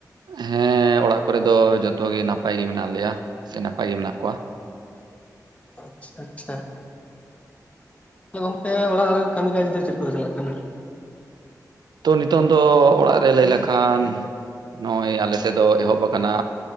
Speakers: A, on the right (about 90°); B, on the left (about 20°).
A: ᱦᱮᱸ ᱚᱲᱟᱜ ᱠᱚᱨᱮ ᱫᱚ ᱡᱚᱛᱚ ᱜᱮ ᱱᱟᱯᱟᱭ ᱜᱮ ᱢᱮᱱᱟᱜ ᱞᱮᱭᱟ ᱥᱮ ᱱᱟᱯᱟᱭ ᱜᱮ ᱢᱮᱱᱟᱜ ᱠᱚᱣᱟ᱾
B: ᱟᱪᱪᱷᱟ ᱟᱪᱪᱷᱟ ᱜᱚᱝᱠᱮ ᱚᱲᱟᱜ ᱨᱮ ᱠᱟᱹᱢᱤ ᱠᱟᱡᱽ ᱫᱚ ᱪᱮᱫ ᱠᱚ ᱪᱟᱞᱟᱜ ᱠᱟᱱᱟ᱾
A: ᱛᱚ ᱱᱤᱛᱚᱝ ᱫᱚ ᱚᱲᱟᱜ ᱨᱮ ᱞᱟᱹᱭ ᱞᱮᱠᱷᱟᱱ ᱱᱚᱜᱼᱚᱭ ᱟᱞᱮ ᱥᱮᱫ ᱫᱚ ᱮᱦᱚᱵ ᱟᱠᱟᱱᱟᱼᱼ